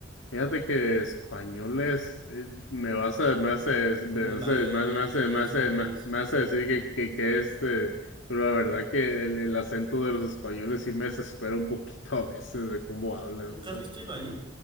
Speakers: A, on the left; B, on the right.
A: Fíjate que españoles eh, me vas a me hace me
B: Como Ibai,
A: hace me hace me hace me
B: esos
A: hace,
B: güeyes.
A: me- me hace decir que, que, que este pero la verdad que el, el acento de los españoles sí me desespera un poquito a veces de cómo hablan,
B: ¿Nunca
A: o sea.
B: has visto Ibai?